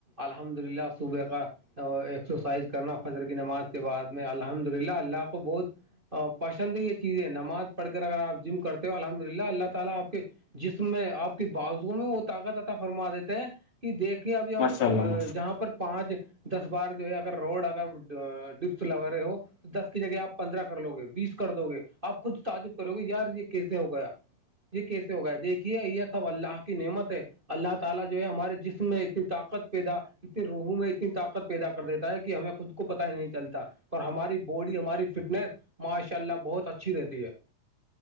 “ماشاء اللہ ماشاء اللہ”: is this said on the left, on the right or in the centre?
Left